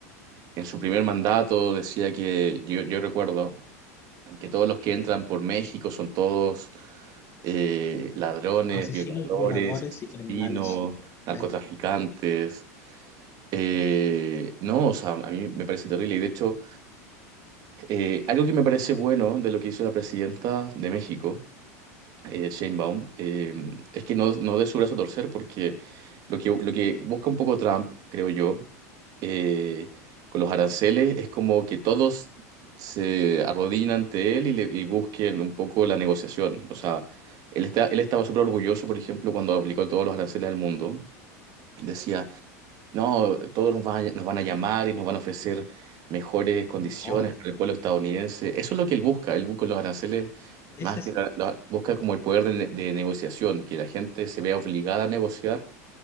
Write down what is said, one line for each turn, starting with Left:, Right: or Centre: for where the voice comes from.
Right: en su primer mandato decía que yo, yo recuerdo que todos los que entran por México son todos eh, ladrones,
Left: asesinos,
Right: violadores,
Left: violadores
Right: asesinos,
Left: y criminales.
Right: narcotraficantes.
Left: Sí,
Right: Eh,
Left: sí.
Right: no, o sea, a mí me parece terrible. Y de hecho, eh, algo que me parece bueno de lo que hizo la presidenta de México eh, Shane Baum, eh, es que no, no dé su brazo a torcer porque lo que, lo que busca un poco Trump, creo yo, eh, con los aranceles es como que todos se arrodillen ante él y, le- y busquen un poco la negociación. O sea, él está, él estaba súper orgulloso, por ejemplo, cuando aplicó todos los aranceles al mundo. Decía, no, todos nos van, a- nos van a llamar y nos van a ofrecer mejores condiciones
Left: Y no,
Right: para el pueblo estadounidense. Eso es lo que él busca. Él busca los aranceles
Left: <laughs> ese
Right: más que
Left: sí.
Right: la- la- busca como el poder de, ne- de negociación, que la gente se vea obligada a negociar